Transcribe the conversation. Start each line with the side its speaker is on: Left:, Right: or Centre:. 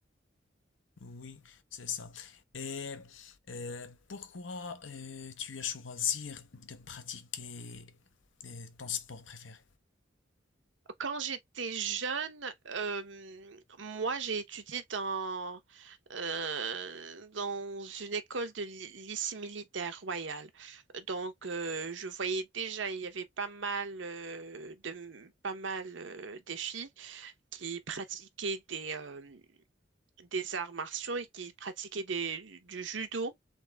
Left: Oui, c'est ça. Et euh, pourquoi euh, tu as choisi de pratiquer euh, ton sport préféré?
Right: Quand j'étais jeune, euh, moi j'ai étudié dans, euh, dans une école de ly- lycée militaire royal. Donc euh, je voyais déjà, il y avait pas mal euh, de pas mal euh, des filles qui pratiquaient des, euh, des arts martiaux et qui pratiquaient des- du judo.